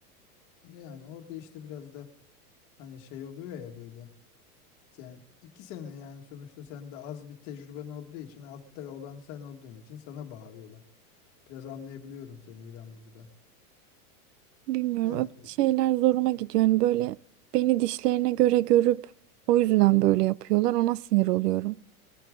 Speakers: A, on the left; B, on the right.
A: Yani orada işte biraz da hani şey oluyor ya böyle. Yani iki sene yani sonuçta sen de az bir tecrüben olduğu için altta olan sen olduğun için sana bağırıyorlar. Biraz anlayabiliyorum seni İrem burada.
B: Bilmiyorum
A: Yani
B: öyle şeyler zoruma gidiyor. Yani böyle beni dişlerine göre görüp o yüzden böyle yapıyorlar. Ona sinir oluyorum.